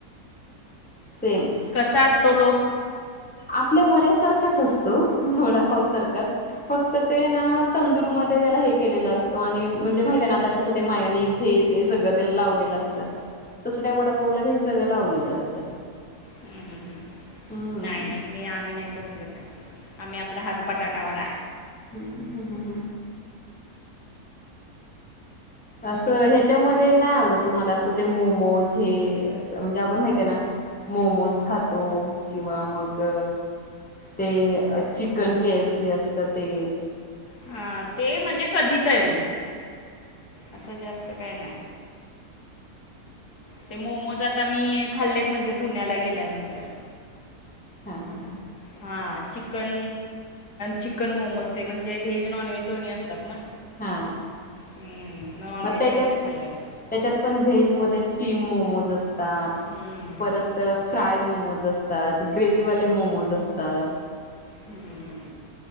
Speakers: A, in the centre; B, on the left.
A: सेम
B: कसा असतो तो?
A: आपल्या वड्यासारखाच असतो वडापावसारखाच फक्त ते ना तंदुरमध्ये त्याला हे केलेलं असतो आणि म्हणजे माहित आहे ना आता कस ते मायनीज हे ते सगळं त्येला लावलेलं असतं, तसं त्या वडपाहला हे सगळं लावलेलं असतं.
B: हम हम हम्मं
A: हम्म.
B: नाही नाही. मी आम्ही नाही तसलं काय, आम्ही आपला हाच बटाटा वडा.
A: हम्म हम् ह ह. असं ह्याच्यामध्ये नाही आवडत तुम्हाला असं ते मोमोज हे आपण माहित आहे ना मोमोज खातो किंवा मग ते चिकन के एफ सी असत ते.
B: हा ते म्हणजे कधी तरी, असं जास्त काय नाय, ते मोमोजात आता मी खाल्लेत म्हणजे पुण्याला गेल्यानंतर.
A: हा हा हा
B: हा चिकन, चिकन मोमोज ते म्हणजे व्हेज, नॉनव्हेज दोन्ही असतात ना.
A: हा,
B: हम्म, नॉनव्हेजवालेच
A: म त्येच्यात
B: खाल्ले
A: त्येच्यात पण व्हेज मध्ये स्टीम मोमोज असतात,
B: हम्म,
A: परत फ्राय मोमोज असतात, ग्रेवीवाले मोमोज असतात.
B: हम्म.